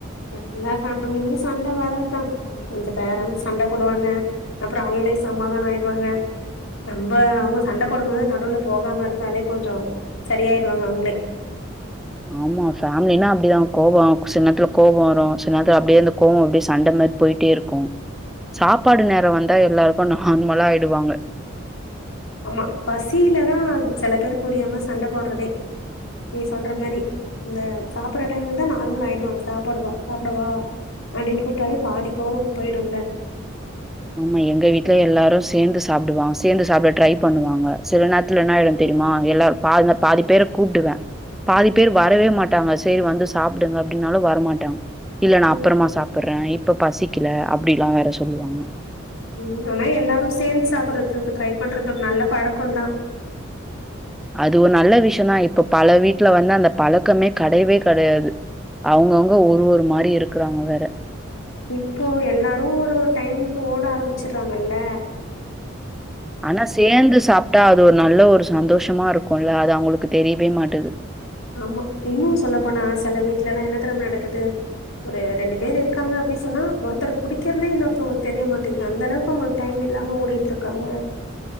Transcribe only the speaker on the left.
எல்லா ஃபேமிலிலயு சண்ட வரதா ம் கொஞ்ச டேரம் சண்ட போடுவாங்க அப்றோ அவுங்களே சமாதான ஆய்டுவாங்க நம்ப அவுங்க சண்ட போடும்போது நடுவுல போகாம இருந்தாலே கொஞ்சொ சரியாய்டுவாங்க அவுங்ளே
ஆமா பசிலதா செல பேர் புரியாம சண்ட போடுறதே நீ சொல்ற மாரி இந்த சாப்பற டைம் வந்தா நார்மலா ஆயிடுவாங்க சாப்டுவா சாப்டவா அப்டின் கூப்ட்டாலே பாதி கோவோ போய்டுல்ல
ம்.
ம் ஆனா எல்லாரு சேந்து சாப்டறதுக்கு ட்ரை பண்றது ஒரு நல்ல பழக்கொந்தா
இப்போ எல்லாரு ஒரு ஒரு டைம்க்கு ஓட ஆரம்பிச்சிர்றாங்கல்ல
ஆமா இன்னு சொல்லப்போனா செல வீட்லெல்லா என்ன தெரிமா நடக்குது ஒரு ரெண்டு பேர் இருக்காங்க அப்டி சொன்னா ஒருத்தர்க் புடிக்கிறதே இன்னொருத்தவங்களுக்கு தெரிய மாட்டேங்குது அந்த அளவுக்கு அவுங்களுக்கு டைம் இல்லாம ஓடிட்டு இருக்காங்க